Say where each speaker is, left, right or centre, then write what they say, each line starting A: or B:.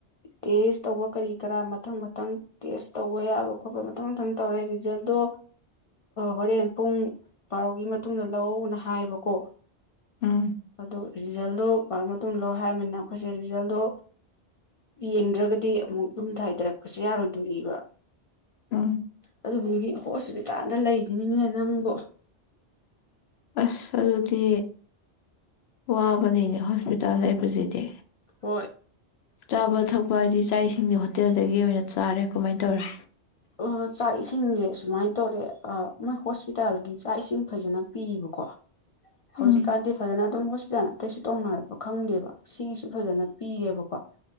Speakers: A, on the left (about 50°); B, on the left (about 70°).
A: ꯇꯦꯁ ꯇꯧꯕ ꯀꯔꯤ ꯀꯔꯥ ꯃꯊꯪ ꯃꯊꯪ ꯇꯦꯁ ꯇꯧꯕ ꯌꯥꯕ ꯈꯣꯠꯄ ꯃꯊꯪ ꯃꯊꯪ ꯇꯧꯔꯦ ꯔꯤꯖꯜꯗꯣ ꯍꯣꯔꯦꯟ ꯄꯨꯡ ꯕꯥꯔꯣꯒꯤ ꯃꯇꯨꯡꯗ ꯂꯧꯅ ꯍꯥꯏꯕꯀꯣ
B: ꯎꯝ
A: ꯑꯗꯣ ꯔꯤꯖꯜꯗꯣ ꯕꯥꯔꯣ ꯃꯇꯨꯡ ꯂꯧ ꯍꯥꯏꯔꯝꯅꯤꯅ ꯑꯩꯈꯣꯏꯁꯦ ꯔꯤꯖꯜꯗꯣ ꯌꯦꯡꯗ꯭ꯔꯒꯗꯤ ꯑꯃꯨꯛ ꯌꯨꯝ ꯗ ꯍꯥꯏꯗꯔꯛꯄꯁꯨ ꯌꯥꯔꯣꯏꯗꯣꯔꯤꯕ
B: ꯎꯝ
A: ꯑꯗꯨꯗꯨꯒꯤ ꯍꯣꯁꯄꯤꯇꯥꯜꯗ ꯂꯩ ꯎꯅꯤꯡꯉꯦ ꯅꯪꯕꯣ
B: ꯑꯁ ꯑꯗꯨꯗꯤ ꯋꯥꯕꯅꯤꯅꯦ ꯍꯣꯁꯄꯤꯇꯥꯜ ꯂꯩꯕꯖꯤꯗꯤ
A: ꯍꯣꯏ
B: ꯆꯥꯕ ꯊꯛꯄ ꯍꯥꯏꯗꯤ ꯏꯥꯛ ꯏꯁꯤꯡꯗꯤ ꯍꯣꯇꯦꯜꯗꯒꯤ ꯑꯣꯏꯅ ꯆꯥꯔꯦ ꯀꯃꯥꯏ ꯇꯧꯔꯦ
A: ꯑ ꯆꯥꯛ ꯏꯁꯤꯡꯖꯦ ꯁꯨꯃꯥꯏꯅ ꯇꯧꯔꯦ ꯃꯣꯏ ꯍꯣꯁꯄꯤꯇꯥꯜꯒꯤ ꯆꯥꯛ ꯏꯁꯤꯡ ꯐꯖꯅ ꯄꯤꯕꯀꯣ ꯍꯧꯖꯤꯛꯀꯥꯟꯗꯤ
B: ꯎꯝ
A: ꯐꯖꯅ ꯑꯗꯨꯝ ꯍꯣꯁꯄꯤꯇꯥꯜ ꯑꯇꯩꯩꯁꯨ ꯇꯧꯅꯔꯕ ꯈꯪꯗꯦꯕ ꯁꯤꯒꯤꯁꯨ ꯐꯖꯅ ꯄꯤꯔꯦꯕꯀꯣ